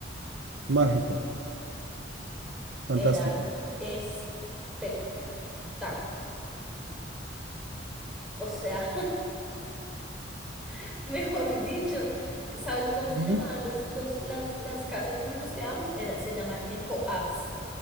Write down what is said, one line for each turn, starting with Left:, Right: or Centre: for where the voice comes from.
Right: Mágico, fantástico.
Centre: Era espectacular. O sea, <laughs> mejor dicho, ¿sabes cómo se
Right: Ujú.
Centre: llamaban los, los, las, las casas donde nos quedábamos? Era, se llaman eco-apps.